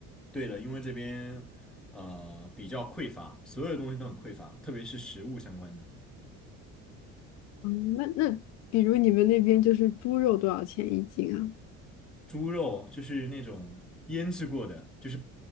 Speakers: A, in the centre; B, on the left.
A: 对的，因为这边呃比较匮乏，所有东西都很匮乏，特别是食物相关的。
B: 嗯，那那比如你们那边就是猪肉多少钱一斤啊？
A: 猪肉就是那种腌制过的，就是